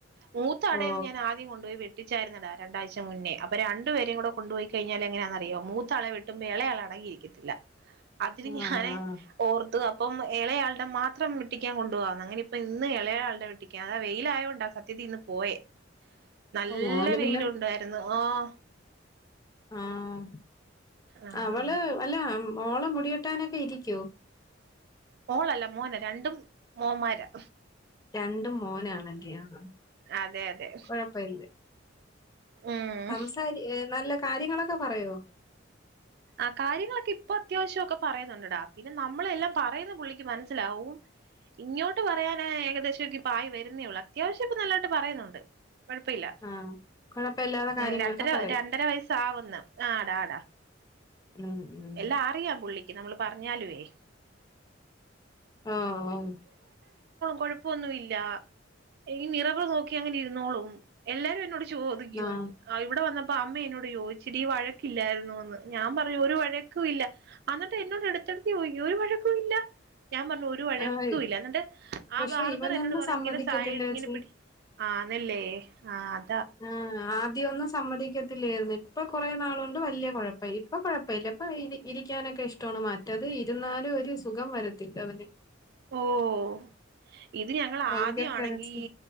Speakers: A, on the right; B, on the left.
A: മൂത്ത അടയത്
B: ഓ
A: ഞാൻ ആദ്യം കൊണ്ടുപോയി വേട്ട ച്ചായിരുന്നഡാ രണ്ടാഴ്ച മുന്നേ അപ്പൊ രണ്ടുപേരെയും കൊണ്ടുപോയി കഴിഞ്ഞാൽ എങ്ങനാന്നറിയോ മൂത്താളെവെട്ടുമ്പോ ഇളയാള അടങ്ങി ഇരിക്കത്തില്ല അതിന് ഞാനെ
B: ആഹ്
A: ഓർത്തത് അ ഇപ്പം ഇളയാൾടെ മാത്രം വെട്ടിക്കാൻ കൊണ്ട് പോകാന് അങ്ങനെ ഇപ്പം ഇന്ന് ഇളയാളുടെ വെട്ടിക്കാൻ അതാ വെയില ആയത് കൊണ്ടാണ് സത് തി <unintelligible> പോയെ നല്ല
B: ആഹ് മോന്
A: വെയിലുണ്ടായിരുന്നു
B: പിന്നെ
A: ഓഹ്
B: ആഹ്
A: ആഹ്
B: അവള് അല്ല മോള് മുടിവെട്ടാനൊക്കെ ഇരിക്കോ
A: മോളല്ല മോന രണ്ടും മോന്മാരാ
B: രണ്ടും മോനാണല്ലെ ആ ആ
A: അതെ അതെ
B: കൊഴപ്പല്ല
A: ഉം
B: സംസാരി ഏഹ് നല്ല കാര്യങ്ങളൊക്കെ പറയോ?
A: ആ കാര്യങ്ങളൊക്കെ ഇപ്പൊ അത്യാവശ്യെക്കെ പറയുന്നുണ്ട്ടാ പിന്നെ നമ്മളെല്ലാം പറയുന്ന പുള്ളിക്ക് മനസ്സിലാവും ഇങ്ങോട്ട് പറയാന ഏകദേശം പ്പം ആയി വരുന്നേ ഒള്ളൂ അത്യാവശ്യം ഇപ്പൊ നല്ലായിട്ട് പറയുന്നുണ്ട് കൊഴപ്പില്ല
B: ആഹ് കുഴപ്പമില്ലാത്ത
A: ഉം
B: കാര്യങ്ങളൊക്കെ
A: രണ്ടര
B: പറയും
A: രണ്ടര വയസ്സ് ആവുന്ന് ആടാ ആടാ
B: ഉം ഉം
A: എല്ലാം അറിയാം പുള്ളിക്ക് നമ്മൾ പറഞ്ഞാലുവേ
B: ആഹ് ആ
A: കൊഴപ്പൊന്നുല്ല ഈ നിറവ് നോക്കി അങ്ങനെ ഇരുന്നോളും എല്ലാരും എന്നോട് ചോദിക്കും
B: ആഹ്
A: ആ ഇവിടെ വന്ന അമ്മ എന്നോട് യോച്ച്ടി വഴ ഇല്ലായിരുന്നു വന്ന് പറയൂ ഒരു വഴക്കുല്ല അന്നിട്ട് എന്നോട് അടുത്തെടുത്തി പോയി ഒരു വഴക്കു ഇല്ല ഞാൻ പറഞ്ഞു ഒരു വഴക്കുല്ല
B: ആഹ്
A: ന്നിട്ട് ആഹ്
B: പക്ഷെ
A: ബാർബർ
B: ഇവനൊന്നും
A: എന്നോട് പറഞ്ഞു
B: സമ്മതിക്കത്തില്ലേച്ചി
A: ഇങ്ങനെ സ ഇങ്ങനെ പിടി ആന്നല്ലേ ആഹ്
B: ആഹ് ആദ്യം ഒന്നും സമ്മതിക്ക ത്തില്ലർന്ന് ഇപ്പൊ കോറെ നാളൊണ്ട് വല്യ കൊഴപ്പ ഇപ്പൊ കൊഴപ്പമല്ല ഇപ്പൊ ഇ ഇരിക്കാനൊക്കെ ഇഷ്ടമാണ് മറ്റത് ഇരുന്നാലും ഒരു സുഖം വരത്തില്ല അവന്
A: ഓഹ് ഇത് ഞങ്ങൾ
B: ഭയങ്കര
A: ആദ്യണെങ്കി
B: കരച്ചിൽ